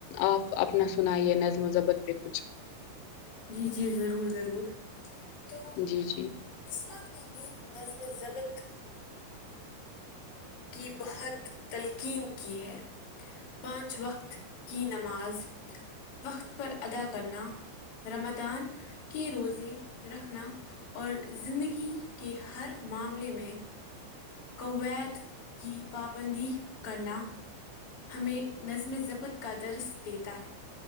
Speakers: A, on the left; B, on the left.
A: آپ اپنا سنائیے نظم و ضبط پہ کچھ
B: جی جی ضرور ضرور تو
A: جی، جی۔
B: اسلام نے بھی نظم ضبط کی بہت تلقین کی ہے پانچ وقت کی نماز وقت پر ادا کرنا رمدان کے روزے رکھنا اور زندگی کے ہر معاملے میں کویت کی پابندی کرنا ہمیں نظم ضبط کا درس دیتا ہے